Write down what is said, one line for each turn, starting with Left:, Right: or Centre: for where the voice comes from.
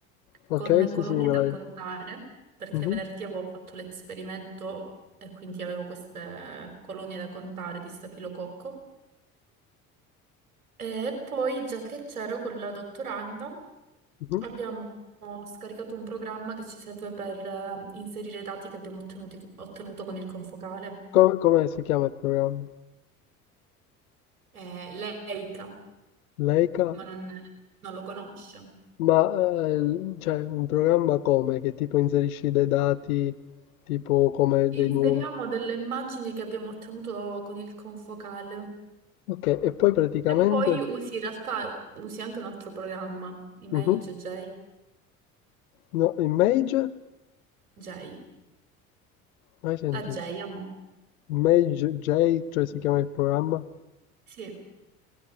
Left: Ok,
Right: con
Left: sì,
Right: colonie
Left: sì, me
Right: da
Left: l'hai.
Right: contare, perché
Left: Mhm,
Right: venerdì avevo fatto l'esperimento e quindi avevo queste colonie da contare di stafilococco. Eh, E poi, già che c'ero con la dottoranda,
Left: mhm.
Right: abbiamo scaricato un programma che ci serve per eh, inserire i dati che abbiamo ottenuti- ottenuto con il confocale.
Left: Come, come si chiama il programma?
Right: Eh, lei, Eita.
Left: Leica?
Right: ma non, non lo conosce.
Left: Ma eh, il- cioè, un programma come? Che tipo inserisci dei dati, tipo come
Right: Inseriamo
Left: dei numeri.
Right: delle immagini che abbiamo ottenuto con il confocale
Left: Ok, e poi praticamente.
Right: e poi usi in realtà usi anche un altro programma, Image
Left: Mhm.
Right: J,
Left: No, Image?
Right: J,
Left: Mai sentito.
Right: la J, amo.
Left: Image J, cioè si chiama il programma?
Right: Sì,